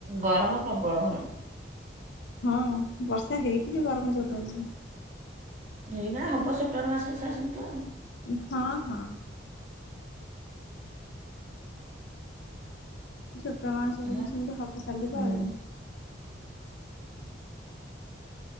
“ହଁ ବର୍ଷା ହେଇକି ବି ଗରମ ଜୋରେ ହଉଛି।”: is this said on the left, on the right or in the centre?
Left